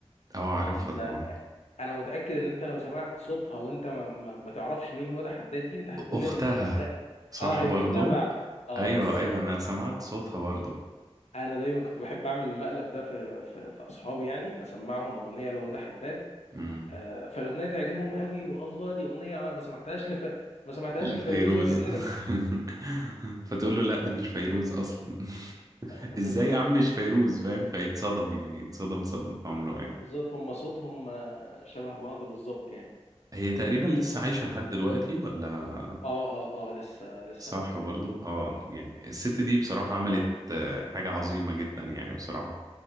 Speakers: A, on the right; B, on the left.
A: اه عارفها
B: انت
A: طبعا
B: انا متاكد ان انت لو سمعت صوتها وانت ما, ما, ما تعرفش مين هدى حداد دي انت هتقول
A: أختها
B: ان اللي بتغني
A: صح
B: اه هي
A: برضو
B: اختها فعلا اه
A: أيوه
B: بس
A: أيوه أنا سمعت صوتها برضو
B: انا دايما كنت بحب اعمل المقلب ده في في, في اصحابي يعني اسمعهم اغنيه لهدى حداد
A: امم
B: آه فالاغنيه تعجبهم قوي والله دي اغنيه ما سمعتهاش لف... ما سمعتهاش
A: لفيروز
B: لفيروز قبل كده
A: <laughs> فتقول له لا دي مش فيروز اصلا <laughs>
B: بالظبط
A: ازاي يا عم مش فيروز فاهم فيتصدم يعني يتصدم صدمة عمره يعني
B: بالظبط هم صوتهم آه، شبه بعض بالظبط يعني
A: هي تقريبا لسه عايشة لحد دلوقتي ولا
B: اه اه اه لسه لسه
A: صح
B: موجود
A: برضو اه يعني الست دي بصراحة عملت
B: طب
A: آه، حاجة عظيمة جدا يعني بصراحة